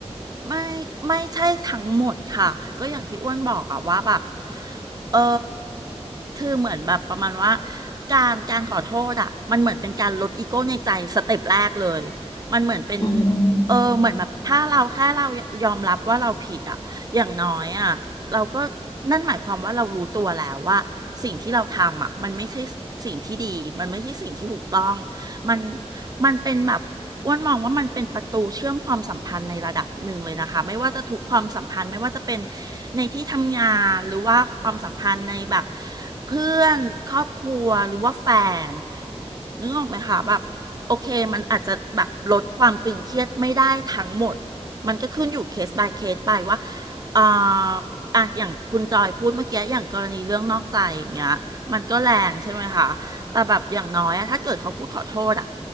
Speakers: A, on the right (about 35°); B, on the left (about 40°).
A: ไม่ไม่ใช่ทั้งหมดค่ะก็อย่างที่อ้วนบอกอะว่าแบบเออคือเหมือนแบบประมาณว่าการการขอโทษอะมันเหมือนเป็นการลดอีโก้ในใจสเต็ปแรกเลยมันเหมือนเป็น
B: อืม
A: เออเหมือนแบบถ้าเราแค่เรายอมรับว่าเราผิดอะอย่างน้อยอะเราก็นั่นหมายความว่าเรารู้ตัวแล้วว่าสิ่งที่เราทำอะมันไม่ใช่สิ่งที่ดีมันไม่ใช่สิ่งที่ถูกต้องมันมันเป็นแบบ อ้วนมองว่ามันเป็นประตูเชื่อมความสัมพันธ์ในระดับหนึ่งเลยนะคะไม่ว่าจะทุกความสัมพันธ์ไม่ว่าจะเป็นในที่ทำงานหรือว่าความสัมพันธ์ในแบบเพื่อนครอบครัวหรือว่าแฟนนึกออกไหมคะแบบโอเคมันอาจจะแบบลดความตึงเครียดไม่ได้ทั้งหมดมันก็ขึ้นอยู่เคส by เคสไปว่าเอ่ออ่ะอย่างคุณจอยพูดเมื่อกี้อย่างกรณีเรื่องนอกใจอย่างเงี้ยมันก็แรงใช่ไหมคะแต่แบบอย่างน้อยอะถ้าเกิดเขาพูดขอโทษอะ